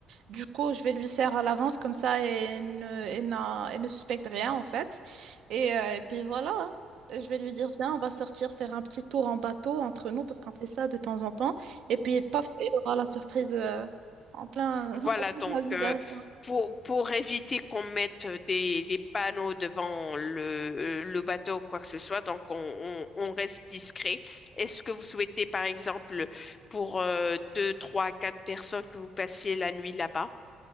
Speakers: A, on the right; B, on the left.
A: Du coup, je vais lui faire à l'avance comme ça et ne, et n'a- et ne suspecte rien, en fait. Et, euh, et puis voilà, hein. Je vais lui dire, viens, on va sortir faire un petit tour en bateau entre nous, parce qu'on fait ça de temps en temps. Et puis, paf, il aura la surprise, euh, en plein,
B: Voilà,
A: <laughs> en
B: donc
A: plein visage.
B: euh, pour, pour éviter qu'on mette des, des panneaux devant le, le bateau ou quoi que ce soit, donc on, on- on reste discret. Est-ce que vous souhaitez, par exemple, pour euh, deux, trois, quatre personnes que vous passiez la nuit là-bas?